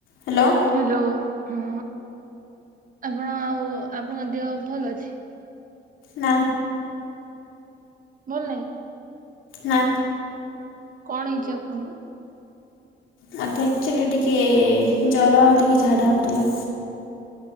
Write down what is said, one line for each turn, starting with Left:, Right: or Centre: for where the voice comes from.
Left: Hello.
Right: Hello, ହଁ, ଆପଣ ଆଉ ଆପଣଙ୍କ ଦେହ ଭଲ ଅଛି?
Left: ନା।
Right: ଭଲ ନାହିଁ?
Left: ନା।
Right: କଣ ହେଇଛି ଆପଣଙ୍କୁ?
Left: ମତେ ଆକ୍ଚୁଆଲି ଟିକେ ଜର ଆଉ ଟିକେ ଝାଡା ହଉଥିଲା।